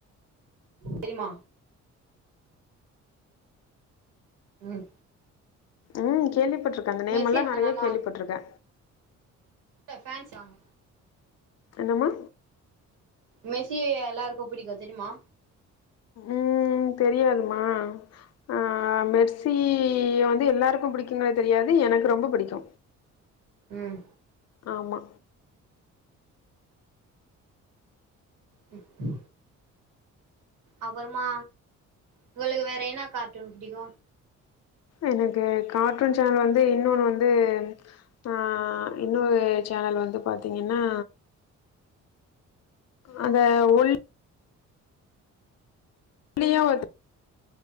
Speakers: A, on the right; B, on the left.
A: தெரிமா ம்
B: ம் கேள்விப்பட்டிருக்கே அந்த நேம்
A: மெஸ்ஸி
B: எல்லா
A: அங்க
B: நெறைய
A: நல்லா
B: கேள்விப்பட்டுருக்கே
A: ஏ பேன்ஸ் வாங்க
B: என்னம்மா
A: மெசி எல்லாருக்கு பிடிக்கு தெரியுமா
B: ம் தெரியாதுமா ஆஹ மெர்சி வந்து எல்லாருக்கு பிடிக்குங்களே தெரியாது எனக்கு ரொம்ப பிடிக்கு
A: ம்
B: ஆமா
A: க்கு அப்றமா உங்களுக்கு வேற என்ன கார்ட்டூன் பிடிக்கு
B: எனக்கு கார்ட்டூன் சேனல் வந்து இன்னொன்னு வந்து ஆ இன்னொரு சேனல் வந்து பாத்தீங்கன்னா அந்த ஒல் நீயே ஓட்டு